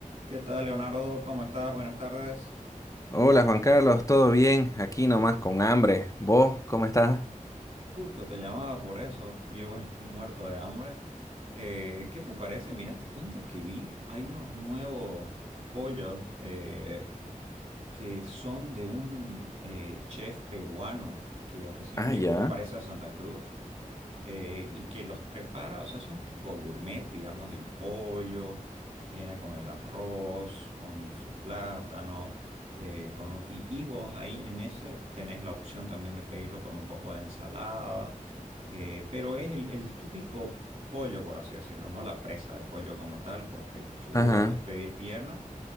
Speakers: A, on the right; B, on the left.
A: ¿Qué tal, Leonardo? ¿Cómo estás? Buenas tardes.
B: Hola Juan Carlos, ¿todo bien? Aquí nomás con hambre. ¿Vos cómo estás?
A: Justo te llamaba por eso. Yo igual estoy muerto de hambre. Eh, ¿qué te parece? Mira, te cuento que vi, hay unos nuevos pollos eh, que son de un eh, chef peruano que recién
B: Ah,
A: llegó,
B: ya.
A: parece a Santa Cruz. eh, y que los prepara, o sea, son tipo gourmet, digamos, el pollo, viene con el arroz, con su plátano, eh, con un- y, y vos ahí en ese tenés la opción también de pedirlo con un poco de ensalada, eh, pero es el, el típico pollo, por así decirlo, ¿no? La presa de pollo como tal, puedes pedir pechuga,
B: Ajá.
A: puedes pedir pierna